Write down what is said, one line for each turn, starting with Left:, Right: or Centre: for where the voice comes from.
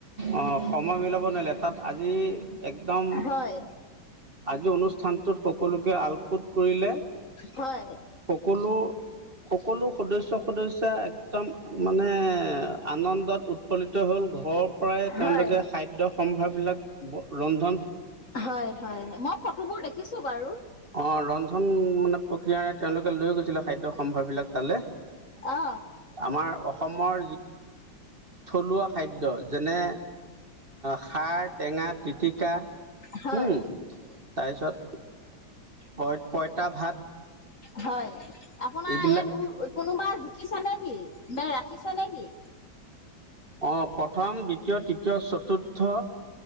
Right: অ সময় মিলাব নিলে তাত আজি। একদম,
Left: হয়
Right: আজি অনুষ্ঠানটোত সকলোকে আলপোট কৰিলে।
Left: হয়
Right: সকলো, সকলো সদস্য় সদস্যয় এক। উত্তম মানে আনন্দত উত। উৎফলিত হ'ল ঘৰৰ পৰাই তেওঁলোকে
Left: হয়
Right: খাদ্যয় সম্ভাৰ বিলাক ৰন্ধন।
Left: হয় হয় মই ফটোবোৰ দেখিছো বাৰু।
Right: অঁ ৰন্ধন মানে প্ৰক্ৰিয়াৰে তেওঁলোকে লৈ গৈছিল। খাদ্য সম্ভাৰবিলাক তালে
Left: অ
Right: আমাৰ অসমৰ। থলুৱা খাদ্য যেনে। খাৰ টেঙা পিতিকা।
Left: হয়
Right: উম তাৰপিছত ক পইতা ভাত।
Left: হয় আপোনাৰ
Right: এইবিলাক
Left: ইয়াত উ কোনোবা। ৰাখিছা নেকি নে ৰাখিছা নেকি?
Right: অ প্ৰথম দ্বিতীয় তৃতীয় চতুৰ্থ।